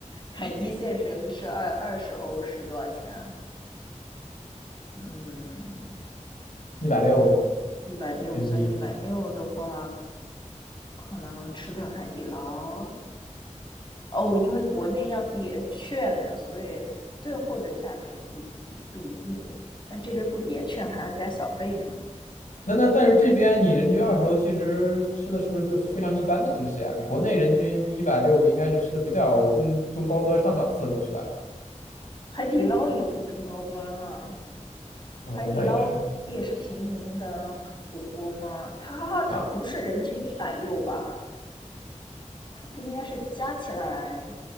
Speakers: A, on the left; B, on the left.
A: <laughs> 一线城市二二十欧是多少钱？嗯，
B: 一百六
A: 一百六算一百六的话，
B: 人民币。
A: 可能能吃顿海底捞。哦，因为国内要叠券的，所以最后的价格也不不不一定。但这边不叠券还要加小费嘛？
B: 那那但是这边你人均二十欧，其实吃的是不是都是非常一般的东西啊？你国内人均一百六，应该是吃的比较中中高端上档次的东西吧？
A: 海底捞也不中高端啊，
B: 嗯，
A: 海底捞不也是平民的火锅吗？
B: 倒也是
A: 它它不是人均一百六吧？
B: 啊，
A: 它不应该是加起来